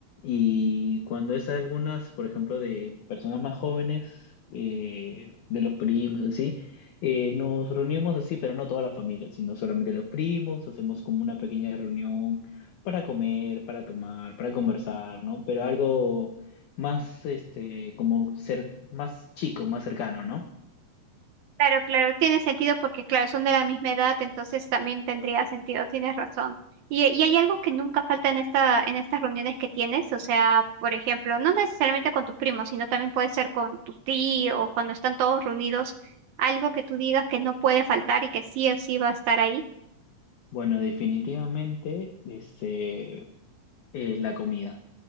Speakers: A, on the left; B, on the right.
A: Y cuando es algunas, por ejemplo, de personas más jóvenes, eh, de los primos, así, eh, nos reunimos así, pero no toda la familia, sino solamente los primos, hacemos como una pequeña reunión para comer, para tomar, para conversar, ¿no? Pero algo más, este, como ser más chico, más cercano, ¿no?
B: Claro, claro, tiene sentido porque, claro, son de la misma edad, entonces también tendría sentido, tienes razón. Y, y hay algo que nunca falta en esta, en estas reuniones que tienes, o sea, por ejemplo, no necesariamente con tus primos, sino también puede ser con tus tíos, cuando están todos reunidos, algo que tú digas que no puede faltar y que sí o sí va a estar ahí.
A: Bueno, definitivamente, este, eh, la comida.